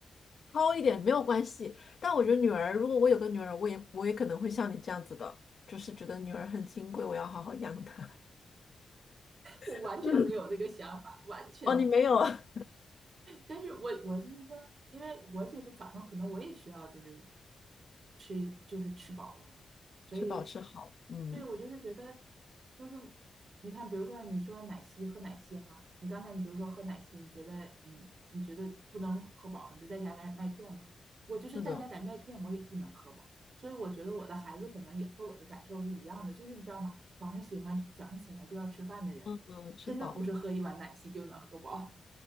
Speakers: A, on the left; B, on the right.
A: 糙一点没有关系，但我觉得女儿，如果我有个女儿，我也我也可能会像你这样子的，就是觉得女儿很金贵，我要好好养她。
B: 我完全没有这个想法，
A: <laughs>
B: 完全没有。
A: 哦，你没有啊？
B: 但是我我就是说，因为我觉得早上可能我也需要就是吃就是吃饱了嘛。
A: <laughs>
B: 所以，
A: 吃饱吃好，嗯，
B: 对，我就是觉得，就是你看，比如说你说奶昔喝奶昔哈，你刚才你就说喝奶昔，你觉得你你觉得不能喝饱，你就再加点麦片嘛。我就是再加点麦片，
A: 是的，
B: 我也不能喝饱。所以我觉得我的孩子可能也和我的感受是一样的，就是你知道吗？早上喜欢早上起来就要吃饭的人，
A: 嗯嗯，吃饱。
B: 真的不是喝一碗奶昔就能喝饱，